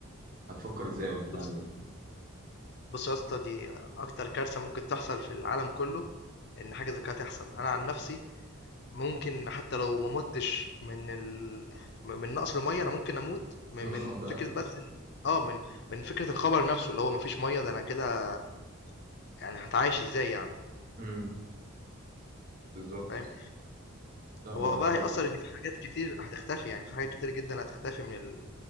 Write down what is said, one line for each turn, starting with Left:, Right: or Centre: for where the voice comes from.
Right: هتفكر ازاي ولا هتعمل
Left: بص
Right: ايه
Left: بص يا اسطى دي اكتر كارثة ممكن تحصل في العالم كله ان حاجة زي كده تحصل انا عن نفسي ممكن حتى لو ما متش من ال... م- من نقص المية انا ممكن اموت من,
Right: من
Left: من
Right: الخض ده
Left: فكرة بس إن- اه من من فكرة الخبر نفسه اللي هو مفيش مية ده انا كده يعني هتعايش ازاي يعني
Right: امم بالظبط
Left: فاهم
Right: ده هو
Left: هو
Right: حوار
Left: بقى هيأثر ان في حاجات كتير هتختفي يعني في حاجات كتير جدا هتختفي من ال...